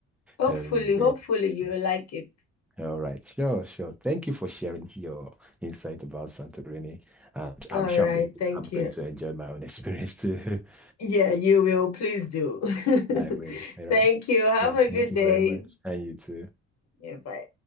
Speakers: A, on the left; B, in the centre.
A: Hopefully,
B: um
A: hopefully
B: there.
A: you
B: So,
A: like it.
B: all right, sure, sure. Thank you for sharing your insight about Santorini, and I'm
A: All
B: sure
A: right.
B: I'm going,
A: Thank
B: I'm going
A: you.
B: to enjoy my own experience too. <laughs>
A: Yeah, you will. Please do.
B: I
A: <laughs>
B: will. All right.
A: Thank you. Have
B: Yeah,
A: a good
B: thank you
A: day.
B: very much. And you too.
A: Yeah, bye.